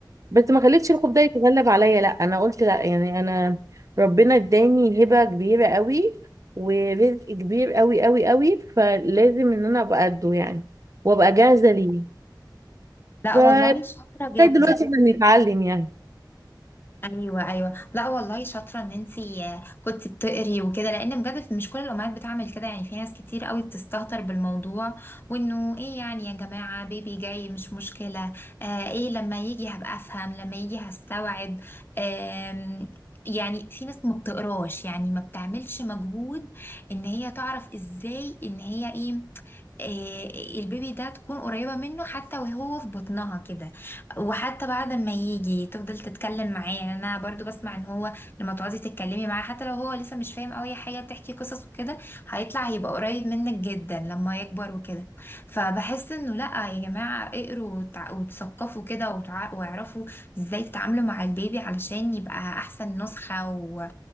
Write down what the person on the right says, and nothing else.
بس ما خليتش الخوف ده يتغلب عليا لا انا قلت لا يعني انا ربنا اداني هبه كبيره قوي ورزق كبير قوي قوي قوي فلازم ان انا ابقى قده يعني وابقى جاهزه ليه
فلغايه
دلوقتي احنا بنتعلم يعني